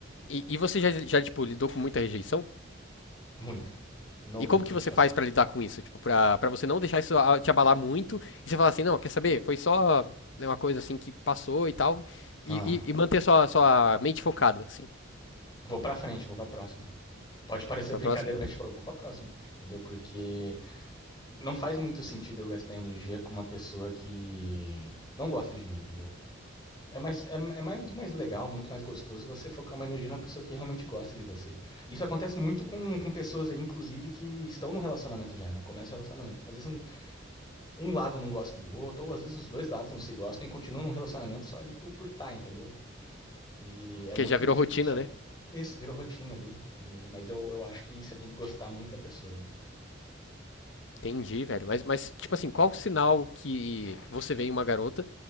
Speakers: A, on the left; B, on the left.
A: E, e você já, já, tipo, lidou com muita rejeição?
B: Muita. Novo,
A: E como que você
B: tipo
A: faz
B: assim,
A: pra lidar com isso? Tipo, pra, pra você não deixar isso a- te abalar muito e você falar assim, não, quer saber? Foi só né, uma coisa assim que passou e tal. E,
B: ah,
A: e- e manter sua, sua mente focada, assim.
B: vou pra frente, vou pra próxima. Pode parecer
A: Vai pra
B: brincadeira,
A: próxima.
B: mas tipo, eu vou pra próxima, entendeu? Porque não faz muito sentido eu gastar energia com uma pessoa que não gosta de mim, entendeu? É, mais, é, é mais- muito mais legal, muito mais gostoso você focar uma energia na pessoa que realmente gosta de você. Isso acontece muito com, com pessoas aí, inclusive, que estão no relacionamento já, né? Começa o relacionamento. Às vezes um- um lado não gosta do outro, ou às vezes os dois lados não se gostam e continuam num relacionamento só ali por por tá, entendeu? E
A: Porque
B: é muito,
A: já virou
B: fica
A: rotina,
B: muito chato.
A: né?
B: Isso, virou rotina ali. E- mas eu, eu acho que você tem que gostar muito da pessoa, viu?
A: Entendi, velho. Mas, mas, tipo assim, qual o sinal que você vê em uma garota?